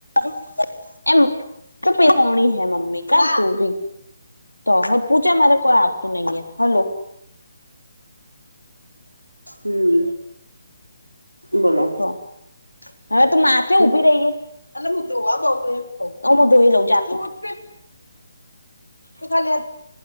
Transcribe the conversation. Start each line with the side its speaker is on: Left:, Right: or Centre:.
Left: <unintelligible> તો હ પૂછે મારે કોઈ આવતું નહી હલો?
Right: હમ બોલો
Left: તો હવે તું માથે
Right: હમ
Left: ઉભી રહીએ? <unintelligible> હું ધોઈ લઉં, જા તું. <unintelligible> તું ખાલી